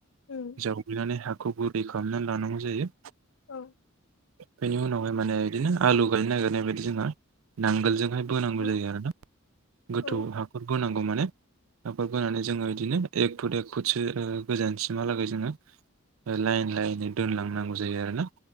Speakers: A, on the left; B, on the right.
A: उम
B: जावग्लिनानै हाखौ गुरै खालामनानै लानांगौ जायो।
A: औ
B: बेनि उनावहाय माने बिदिनो आलु गायनो नागिरनाय बायदि जोंहा नांगोलजोंहाय बोनांगौ
A: औ
B: जायो आरो ना। गोथौ
A: औ
B: हाखर गोनां खौ माने नाफोर बोनानै जोङो बिदिनो एक फुट एक फुटसो गोजानसिमहालागै जोङो लाइन लाइनै दोनलांनांगौ जायो आरोना